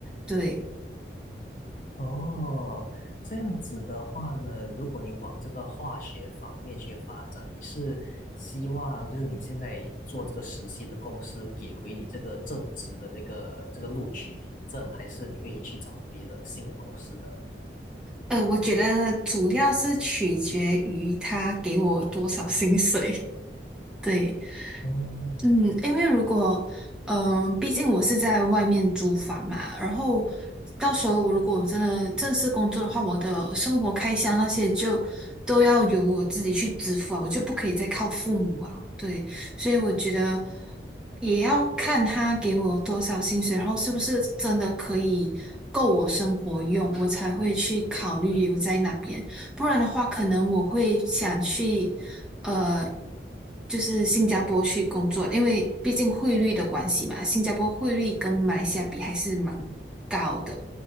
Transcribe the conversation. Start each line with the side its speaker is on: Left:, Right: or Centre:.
Centre: 对，
Left: 哦，这样子的话呢，如果你往这个化学方面去发展，你是希望就是你现在做这个实习的公司给回你这个正职的这个这个录取证，还是你会去找别的新的公司呢？
Centre: 呃，我觉得主要是取决于他给我多少薪水。<laughs> 对，
Left: 嗯，
Centre: 嗯，因为如果，嗯、毕竟我是在外面租房嘛，然后到时候我如果我真的正式工作的话，我的生活开销那些就都要由我自己去支付啊，我就不可以再靠父母啊。对，所以我觉得也要看他给我多少薪水，然后是不是真的可以够我生活用，我才会去考虑留在那边。不然的话，可能我会想去，呃，就是新加坡去工作，因为毕竟汇率的关系嘛，新加坡汇率跟马来西亚比还是蛮高的，